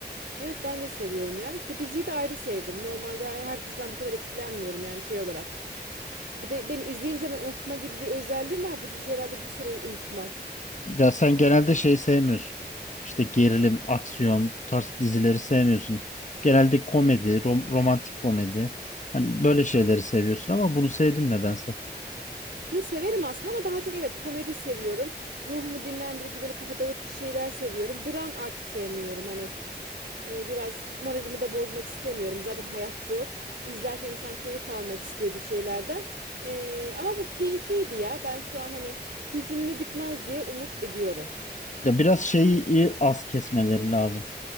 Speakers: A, on the right; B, on the left.
A: Evet ben de seviyorum yani. Bu diziyi de ayrı sevdim. Normalde her, her diziden bu kadar etkilenmiyorum yani şey olarak. Bir de beni izleyince ben unutma gibi bir özelliğim var. Bu diziyi herhalde bir süre unutmam.
B: Ya sen genelde şey sevmiyorsun. İşte gerilim, aksiyon bu tarz dizileri sevmiyorsun. Genelde komedi, rom- romantik komedi. Hani böyle şeyleri seviyorsun ama bunu sevdin nedense.
A: Yo severim aslında ama daha çok evet komedi seviyorum. Ruhumu dinlendirici böyle kafa dağıtıcı şeyler seviyorum. Dram artık sevmiyorum hani. E, Biraz moralimi de bozmak istemiyorum. Zaten hayat zor. İzlerken insan keyif almak istiyor bir şeylerden. E, ama bu keyifliydi ya. Ben şu an hani hüzünlü bitmez diye umut ediyorum.
B: Ya biraz şeyi az kesmeleri lazım.